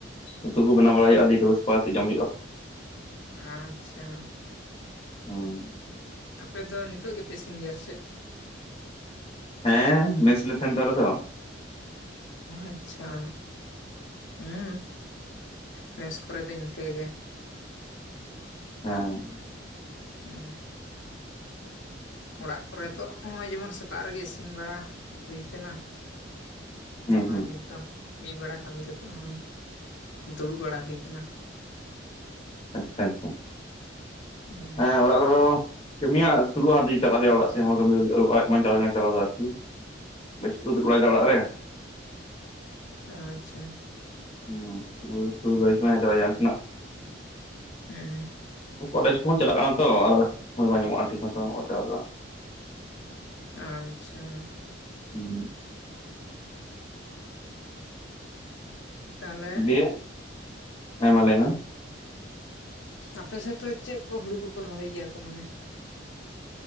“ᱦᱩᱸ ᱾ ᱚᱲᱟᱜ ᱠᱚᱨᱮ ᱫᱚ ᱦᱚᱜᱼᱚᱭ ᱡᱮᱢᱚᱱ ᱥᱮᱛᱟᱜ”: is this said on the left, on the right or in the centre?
Left